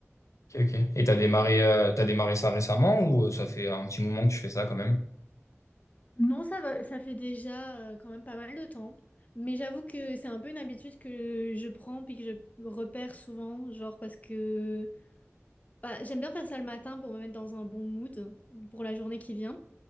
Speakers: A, on the left (about 85°); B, on the left (about 30°).
A: ok. ok. Et t'as démarré, euh, t'as démarré ça récemment ou euh, ça fait un petit moment que tu fais ça quand même?
B: Non, ça va, ça fait déjà euh, quand même pas mal de temps. Mais j'avoue que c'est un peu une habitude que je prends puis que je repère souvent, genre parce que... Bah, j'aime bien faire ça le matin pour me mettre dans un bon mood pour la journée qui vient.